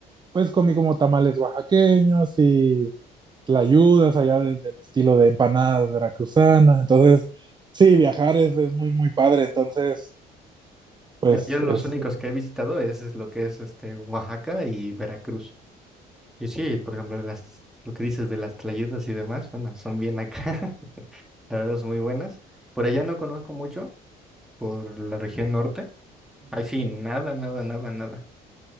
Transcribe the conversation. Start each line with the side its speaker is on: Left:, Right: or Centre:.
Right: pues comí como tamales oaxaqueños y tlayudas allá de- del estilo de empanadas veracruzanas. Entonces, sí, viajar es, es muy, muy padre. Entonces, pues
Centre: Mira, yo los
Right: es...
Centre: únicos que he visitado es, es lo que es este Oaxaca y Veracruz. Y sí, por ejemplo, las, lo que dices de las tlayudas y demás, bueno, son bien acá, <laughs> la verdad son muy buenas. Por allá no conozco mucho, por la región norte. Ahí sí, nada, nada, nada, nada.